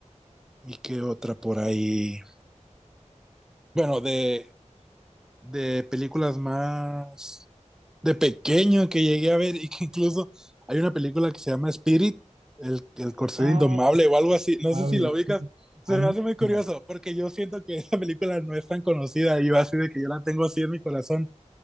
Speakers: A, in the centre; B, on the right (about 50°).
A: ¿Y qué otra por ahí? Bueno, de, de películas más de pequeño que llegué a ver y que incluso hay una película que se llama Spirit, el, el corcel
B: ah,
A: indomable o algo así, no
B: amable,
A: sé si la ubicas,
B: sí.
A: se
B: Añísimo.
A: me hace muy curioso porque yo siento que esa película no es tan conocida y yo así de que yo la tengo así en mi corazón